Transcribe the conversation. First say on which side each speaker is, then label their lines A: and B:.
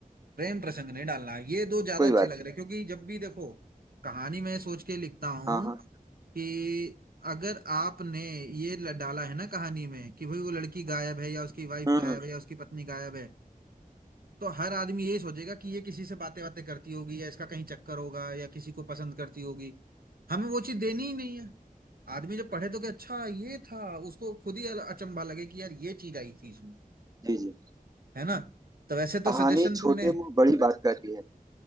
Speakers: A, on the right; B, on the right.
A: प्रेम प्रसंग नहीं डालना है। ये दो ज्यादा
B: कोई
A: अच्छे
B: बात
A: लग रहे
B: नहीं
A: हैं, क्योंकि जब भी देखो कहानी में सोच के लिखता हूँ
B: हाँ हाँ
A: कि अगर आपने ये ल- डाला है ना कहानी में कि भाई वो लड़की गायब है या उसकी वाइफ
B: हम्म
A: गायब
B: हम्म,
A: है या उसकी पत्नी गायब है तो हर आदमी ये सोचेगा कि ये किसी से बातें बातें करती होगी या इसका कहीं चक्कर होगा या किसी को पसंद करती होगी हमें वो चीज देनी ही नहीं है आदमी जब पढ़े तो कि अच्छा ये था उसको खुद ही अचंभा लगे कि यार ये चीज आई थी इसमें
B: जी जी
A: है ना तो वैसे तो
B: कहानी
A: सजेशन
B: छोटे
A: तुमने
B: मुंह बड़ी बात कहती है